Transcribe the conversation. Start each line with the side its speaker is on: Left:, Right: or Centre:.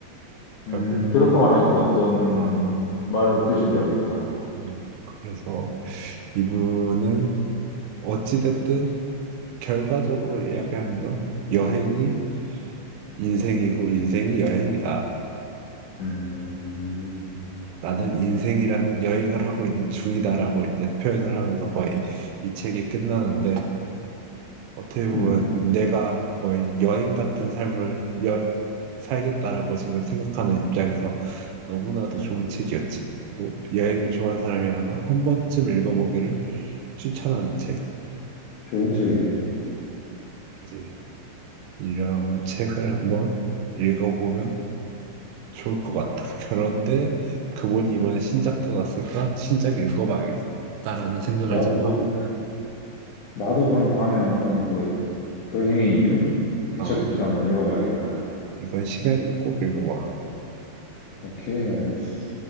Left: 음,
Right: 결국
Left: 그렇게 말하니까 어떤
Right: 어,
Left: 말의 뜻인지 알겠다.
Right: 음, 그래서 이분은 어찌됐든 결과적으로 이야기하는 건 여행이 인생이고 인생이 여행이다.
Left: 음,
Right: 나는 인생이라는 여행을 하고 있는 중이다라고 이제 표현을 하면서 거의 이 책이 끝나는데 어떻게 보면
Left: 음,
Right: 내가 거의 여행 같은 삶을 여, 살겠다라고 지금 생각하는 입장에서 너무나도 좋은 책이었지. 그리고 여행을 좋아하는 사람이라면 한 번쯤 읽어보기를 추천하는 책.
Left: 좋은 책이네.
Right: 그지? 이런 책을 한번 읽어보면 좋을 것 같다. <laughs> 그런데 그분이 이번에 신작도 났으니까 신작 읽어봐야겠다라는 생각을
Left: 나도,
Right: 지금 하고,
Left: 나도 그럼 다음에 한번 그 여행의 이유? 그
Right: 어,
Left: 책부터
Right: 이,
Left: 한번 읽어봐야겠다.
Right: 이건 시간이 되면 꼭 읽어봐.
Left: 오케이, 알겠어.